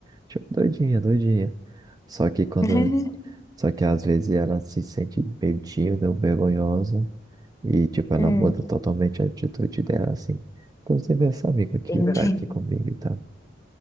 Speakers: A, on the right (about 20°); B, on the left (about 15°).
A: Tipo, doidinha, doidinha. Só que quando
B: <laughs>
A: Só que às vezes ela se sente meio tímida ou vergonhosa e, tipo, ela
B: Hum,
A: muda totalmente a atitude dela, assim. Inclusive essa amiga que
B: entendi.
A: tá aqui comigo e tal.